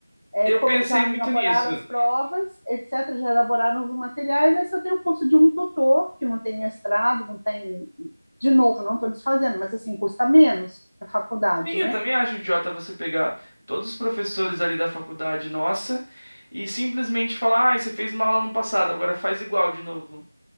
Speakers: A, on the left; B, on the left.
A: é,
B: Eu pensei
A: já
B: muito
A: elaboraram
B: nisso.
A: as provas, etc., já elaboraram os materiais, aí só tem o curso de um tutor, que não tem mestrado, não tem. De novo, não estou desfazendo, mas assim, custa menos a faculdade,
B: Sim,
A: né?
B: eu também acho idiota você pegar todos os professores ali da faculdade nossa e simplesmente falar, ah, você fez uma aula no passado, agora faz igual de novo.